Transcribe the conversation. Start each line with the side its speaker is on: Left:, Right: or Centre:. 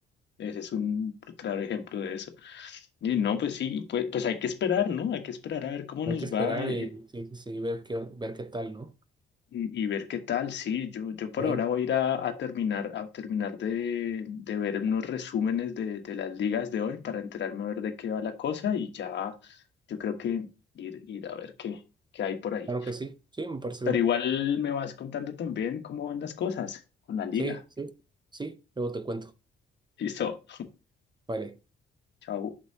Left: ese es un claro ejemplo de eso. Y no, pues sí, pues, pues hay que esperar, ¿no? Hay que esperar a ver cómo
Right: Hay
Left: nos
Right: que esperar
Left: va. eh,
Right: y sí, sí, sí, ver qué, ver qué tal, ¿no?
Left: Y, y ver qué tal, sí, yo, yo por
Right: Bueno,
Left: ahora voy a ir a, a terminar, a terminar de, de ver unos resúmenes de, de las ligas de hoy para enterarme a ver de qué va la cosa y ya yo creo que ir, ir a ver qué, qué hay por ahí.
Right: claro que sí. Sí, me parece
Left: Pero
Right: bien.
Left: igual me vas contando también cómo van las cosas con la liga.
Right: Sí, sí, sí. Luego te cuento.
Left: Listo,
Right: Vale.
Left: chao.